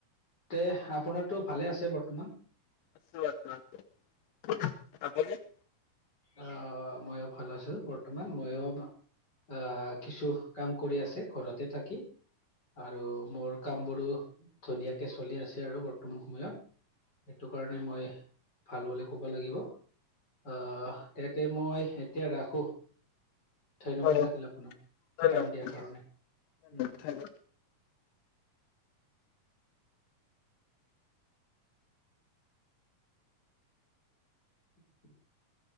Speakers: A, on the left; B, on the left.
A: তে আপোনাৰটো ভালে আছে বৰ্তমান।
B: <unintelligible>
A: অ মইয়ো ভাল আছো বৰ্তমান। মইয়ো আহ কিছু কাম কৰি আছে ঘৰতে থাকি। আৰু মোৰ কাম বোৰো ধুনীয়াকে চলি আছে আৰু বৰ্তমান সময়ত। সেইটো কাৰণে মই ভাল বুলি ক'ব লাগিব। আহ তেতে মই এতিয়া ৰাখো। ধন্যবাদ
B: হয়,
A: থাকিল আপোনাক
B: ধন্যবাদ
A: টাইম দিয়াৰ
B: ধন্যবাদ
A: কাৰণে। উম।
B: ধন্যবাদ।
A: <inaudible>